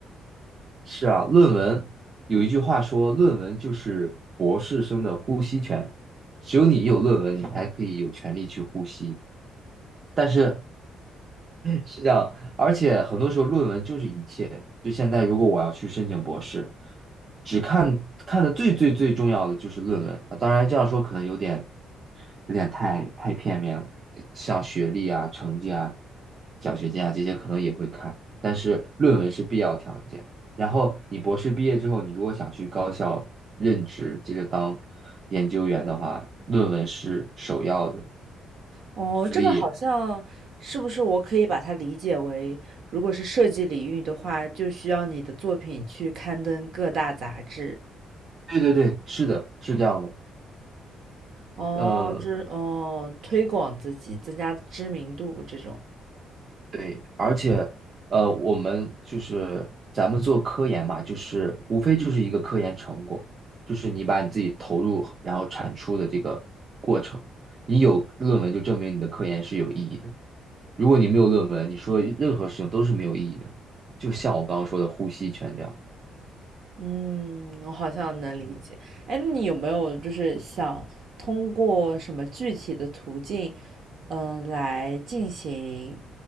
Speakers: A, on the right (about 45°); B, on the right (about 65°).
A: 是啊，论文有一句话说，论文就是博士生的呼吸权，只有你有论文，你才可以有权利去呼吸。但是是这样，而且很多时候论文就是一切。就现在，如果我要去申请博士，只看看的最最最重要的就是论文啊。当然这样说可能有点有点太太片面了，像学历啊、成绩啊、奖学金啊这些可能也会看，但是论文是必要条件。然后你博士毕业之后，你如果想去高校任职，接着当研究员的话，论文是首要的。
B: 哦，
A: 所以，
B: 这个好像是不是我可以把它理解为，如果是设计领域的话，就需要你的作品去刊登各大杂志。
A: 对对对，是的，是这样的。
B: 哦，
A: 嗯、
B: 这哦，推广自己，增加知名度这种。
A: 对，而且呃，我们就是咱们做科研嘛，就是无非就是一个科研成果，就是你把你自己投入然后产出的这个过程，你有论文就证明你的科研是有意义的。如果你没有论文，你说任何事情都是没有意义的。就像我刚刚说的呼吸全这样，
B: 嗯，我好像能理解。
A: 嗯，
B: 哎，那你有没有就是想通过什么具体的途径，嗯，来进行